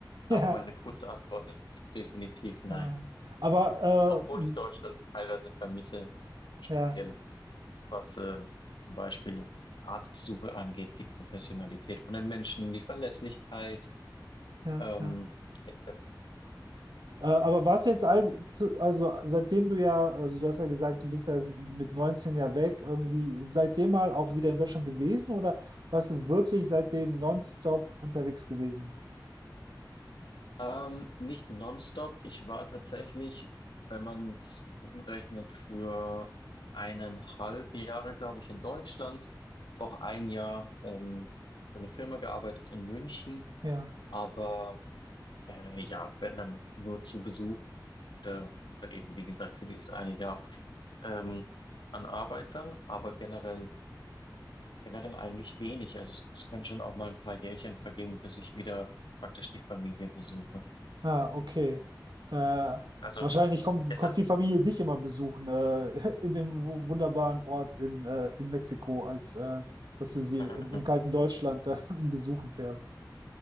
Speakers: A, on the left (about 90°); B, on the right (about 65°).
A: Aber
B: Ja.
A: meine kurze Antwort ist definitiv nein.
B: ja. Aber
A: obwohl
B: äh, hm,
A: ich Deutschland teilweise vermisse, speziell
B: ja,
A: was, äh, was zum Beispiel die Arztbesuche angeht, die Professionalität von den Menschen, die Verlässlichkeit,
B: ja,
A: ähm,
B: ja.
A: etc.
B: Äh, aber warst du jetzt all, zu, also seitdem du ja, also du hast ja gesagt, du bist ja mit 19 ja weg, irgendwie seitdem mal auch wieder in Deutschland gewesen oder warst du wirklich seitdem nonstop unterwegs gewesen?
A: Ähm, nicht nonstop. Ich war tatsächlich, wenn man es umrechnet, für eineinhalb Jahre, glaube ich, in Deutschland, auch ein Jahr ähm, für eine Firma gearbeitet in München,
B: Ja.
A: aber äh, ja, wenn dann nur zu Besuch oder, oder eben, wie gesagt, für dieses eine Jahr. ähm, an Arbeit dann, aber generell, generell eigentlich wenig. Also es, es können schon auch mal ein paar Jährchen vergehen, bis ich wieder praktisch die Familie besuche.
B: Ah, okay. Da,
A: Also
B: wahrscheinlich kommt,
A: ist
B: kommt
A: das
B: die Familie dich immer besuchen, äh, <laughs> in dem wu- wunderbaren Ort in, äh, in Mexiko, als äh, dass du sie
A: <laughs>
B: im, im kalten Deutschland äh, <laughs> besuchen fährst.